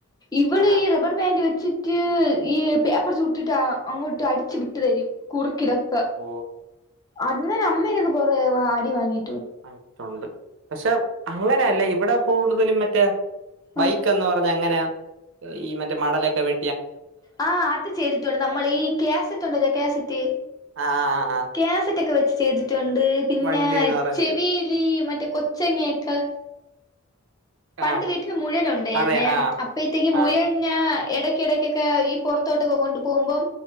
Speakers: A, on the left (about 15°); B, on the right (about 55°).
A: ഇവള്
B: ആ
A: റബർ പാന്റ് വെച്ച്. വച്ചിട്ട് ഈ പേപ്പർ ചൂട്ടിയിട്ട് അങ്ങോട്ട് അടിച് വിട്ടു തരും കുർക്കിട സ
B: ഓ
A: അത്ന്നാ അമ്മരുന്നു കുറേ അ അടി വങ്ങി
B: ആയി ടോണ്ട് പക്ഷെ അങ്ങനെയല്ലേ ഇ ഇവിടെ കൂടുതലും മറ്റേ ബൈക്ക്
A: ആഹ്
B: എന്ന് പറഞ്ഞ അങ്ങനെ? ഈ മറ്റേ മടലൊക്കെ വെ
A: ആ അത് ചെയ്തിട്ടുണ്ട് നമ്മൾ കേസറ്റ് ഉണ്ടലേ കേസറ്റ്
B: ആ ആ ആ
A: കേസറ്റ് ഒക്കെ വെച്ച് ചെയ്തി ണ്ട് പിന്നെ
B: വണ്ടിന്ന് പറഞ്ഞ്
A: ചെവില് മറ്റ കൊച്ചങ്ങക്ക പണ്ട്
B: ആ
A: വീട്ടിൽ മുയൽ ഉണ്ടെരുന്നെ
B: അറിയാം ആ
A: അപൈത്തേക്കും മുയൽനെ
B: ആ
A: ഇടയ്കിടകെക്കെ ഈ പുൊറത്തോട്ടൊക്ക കൊണ്ടു പോകുമ്പം